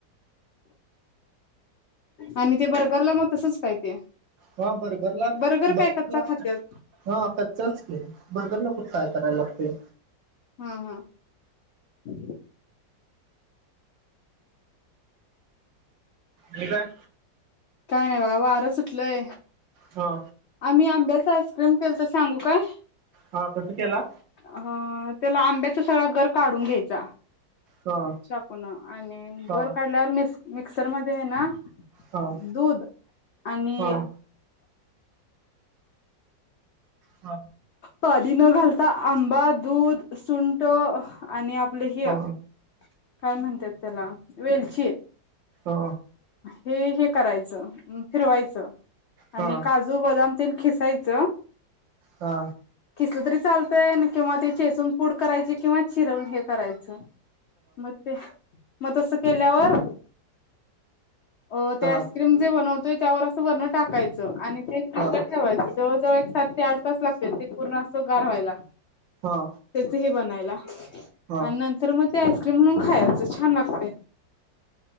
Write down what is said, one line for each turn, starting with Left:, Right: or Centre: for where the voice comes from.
Left: आणि ते बर भरल मग तसंच काय ते
Right: हा बर्गरला
Left: बर्गर
Right: बर्गरला
Left: काय कच्चा खात्यात
Right: हा कच्चाच कि बर्गर ला कुट काय करायला लागतय
Left: हा हा <inaudible>
Right: हे काय
Left: काय नाय बघा वारं सुटलंय
Right: हा
Left: आम्ही आंब्याच आईस्क्रीम केलत सांगू काय
Right: हा कसं केला
Left: अ त्याला आंब्याचा सगळा गर काढून घ्यायचा
Right: हा
Left: चाकून आणि
Right: हा
Left: गर काढल्यावर किस्क मिक्स मिक्सर मध्ये आहे ना
Right: हा
Left: दूध आणि
Right: हा हा
Left: पानी न घालता आंबा दूध सुंट आणि आपलं हिय
Right: हा
Left: काय म्हणतात त्याला वेलची
Right: हो
Left: हे हे करायचं फिरवायचं आणि
Right: हा हा
Left: काजू बदाम तीन खिस चायच
Right: हा
Left: क तरी चालतंय किंवा ते चेसून पूड करायची किंवा चिरवून हे करायचं मग ते मग तस केल्यावर अ ते
Right: हा
Left: आईस्क्रीम जे बनवतोय वर असं वरन टाकायचं आणि ते फ्रिज
Right: हा
Left: ल ठेवायचं जवळ जवळ एक सात ते आठ तास लागत्यात ते पूर्ण असं गार व्हायला
Right: हा
Left: त्याचही बनायला
Right: हा
Left: आणि नंतर मग ते आइस म्हून खायच छान छान लागतय